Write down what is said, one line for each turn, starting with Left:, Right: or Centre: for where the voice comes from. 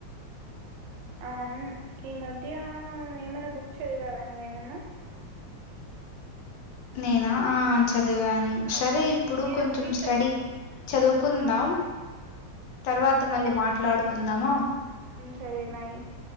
Right: అవును ఈ మధ్య ఏమైనా బుక్ చదివాావా నువ్వేమన్నా
Left: నేనా ఆ చదివాను సరే ఇప్పుడు
Right: నేనొకటి
Left: కొంచెం స్టడీ
Right: స
Left: చదువుకుందాం
Right: ఆ
Left: తర్వాత మళ్ళీ మాట్లాడుకు కుందామా
Right: ఉ సరే బాయ్